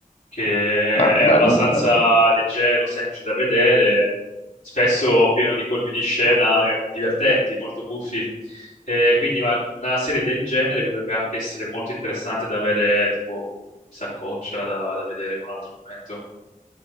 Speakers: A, on the left (about 65°); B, on the left (about 50°).
A: che
B: Ah,
A: è
B: bello,
A: abbastanza
B: bello.
A: leggero, semplice da vedere spesso pieno di colpi di scena eh, divertenti, molto buffi. Eh, quindi ma- una serie del genere potrebbe anche essere molto interessante da avere tipo saccoccia da, da vedere in un altro momento.